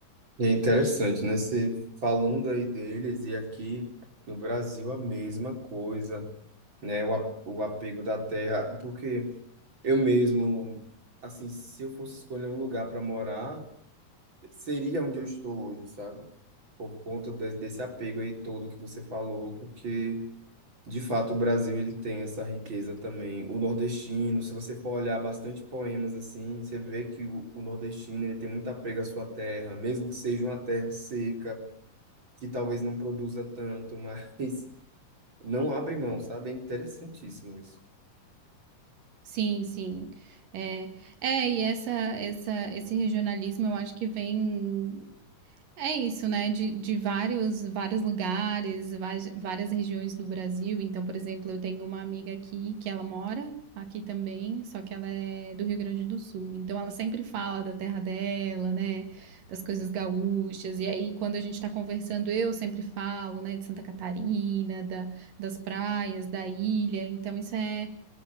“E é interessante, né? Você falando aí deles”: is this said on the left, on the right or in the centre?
Right